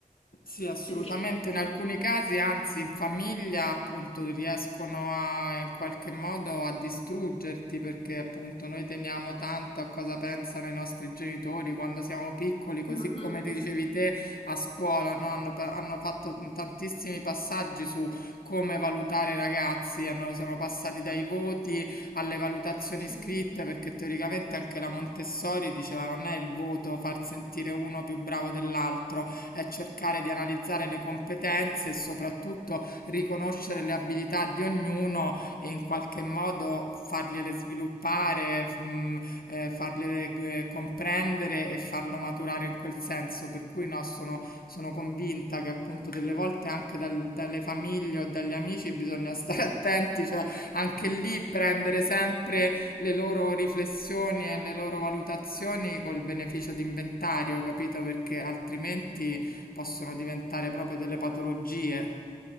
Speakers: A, on the left; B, on the left.
A: Sì, assolutamente.
B: Perché
A: In alcuni casi, anzi, in famiglia, appunto, riescono a, in qualche modo a distruggerti perché, appunto, noi teniamo tanto a cosa pensano i nostri genitori quando siamo piccoli, così
B: Mm,
A: come
B: mm,
A: dicevi te a scuola, no? Hanno, pa- hanno fatto tantissimi passaggi su come valutare i ragazzi, hanno- sono passati dai voti alle valutazioni
B: sì.
A: scritte perché teoricamente anche la Montessori diceva non è il voto far sentire uno più bravo dell'altro è cercare di analizzare le competenze e soprattutto riconoscere le abilità di ognuno e in qualche modo fargliele sviluppare, mh, eh, fargliele eh, comprendere e farlo maturare in quel senso. Per cui no, sono, sono convinta che appunto delle volte anche dal- dalle famiglie o dagli amici bisogna stare attenti, cioè anche lì prendere sempre le loro riflessioni e le loro valutazioni col beneficio di inventario, capito? Perché altrimenti possono diventare proprio delle patologie